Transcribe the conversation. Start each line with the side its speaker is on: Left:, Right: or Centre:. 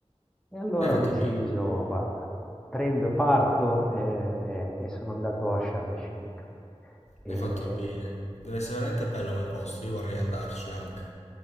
Centre: e allora
Left: hai
Centre: ho
Left: fatto
Centre: deciso,
Left: bene,
Centre: guarda, prendo e parto, e, e sono andato a Sharm el Sheikh. E
Left: hai fatto bene. Deve essere veramente bello come posto, io vorrei andarci anche.